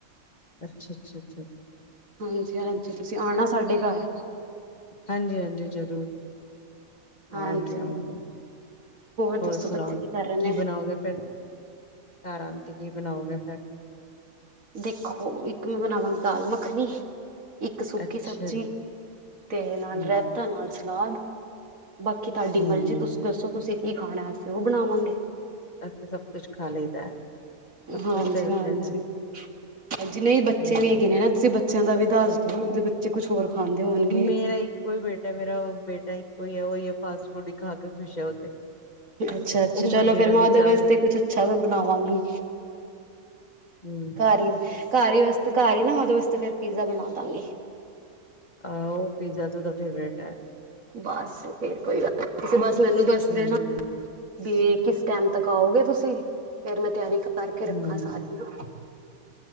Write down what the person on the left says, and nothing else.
ਅੱਛਾ- ਅੱਛਾ -ਅੱਛਾ
ਹਾਂਜੀ ਹਾਂਜੀ ਜ਼ਰੂਰ
ਆਵਾਂਗੇ -ਆਵਾਂਗੇ।
ਹੋਰ ਸੁਣਾਓ
ਕੀ ਬਣਾਓਗੇ ਫਿਰ ਘਰ ਆਉਣ ਤੇ ਕੀ ਬਣਾਓਗੇ ਫਿਰ
ਅੱਛਾ
ਜੀ
ਹਮ
ਹੂੰ,
ਅਸੀ ਤੇ ਸਭ ਕੁਛ ਖਾ ਲਈਦਾ। ਸਭ
ਕੁਛ ਫੇਵਰੇਟ
ਹੈ,
ਸਹੀ
ਹੈ।
ਮੇਰਾ ਇੱਕੋ ਹੀ ਬੇਟਾ ਮੇਰਾ ਬੇਟਾ ਇੱਕੋ ਹੀ ਹੈ ਉਹੀ ਹੈ ਫਾਸਟ ਫੂਡ ਹੀ ਖਾ ਕੇ ਖੁਸ਼ ਹੈ ਉਹ ਤੇ
ਉਹ
ਦੇਣਾ
ਨੀ ਚਾਹੁੰਦੀ,
ਹੂੰ,
ਆਹੋ ਪੀਜ਼ਾ ਤੇ ਉਹਦਾ ਫੇਵਰੇਟ ਹੈ।
ਹੂੰ,
ਹੂੰ,